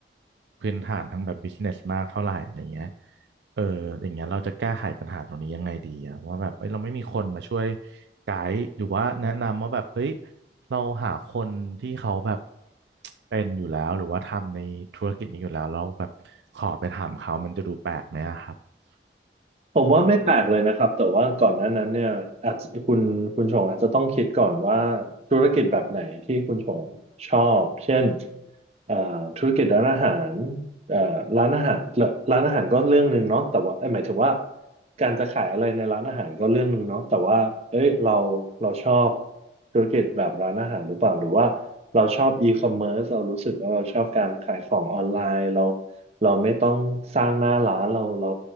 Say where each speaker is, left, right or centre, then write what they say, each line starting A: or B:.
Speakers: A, on the right; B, on the right.
A: พื้นฐานทั้งแบบ business มากเท่าไหร่อะไรเงี้ย เอออย่างเงี้ยเราจะแก้ไขปัญหาตรงนี้ยังไงดีอะว่าแบบเอ้ยเราไม่มีคนมาช่วยไกด์หรือว่าแนะนำว่าแบบเฮ้ยเราหาคนที่เขาแบบเป็นอยู่แล้วหรือว่าทำในธุรกิจนี้อยู่แล้วเราแล้วแบบขอไปถามเขามันจะดูแปลกไหมอะครับ
B: ผมว่าไม่แปลกเลยนะครับแต่ว่าก่อนหน้านั้นเนี่ยอาจคุณคุณชงอาจจะต้องคิดก่อนว่าธุรกิจแบบไหนที่คุณชงชอบเช่นเอ่อธุรกิจร้านอาหาร เอ่อร้านอาหารร้านอาหารก็เรื่องหนึ่งเนาะแต่ว่าเอ้ยหมายถึงว่าการจะขายอะไรในร้านอาหารก็เรื่องหนึ่งเนาะแต่ว่าเอ้ยเราเราชอบธุรกิจแบบร้านอาหารหรือเปล่าหรือว่าเราชอบอีคอมเมิร์ซเรารู้สึกว่าเราชอบการขายของออนไลน์เราเราไม่ต้องสร้างหน้าร้านเราเรา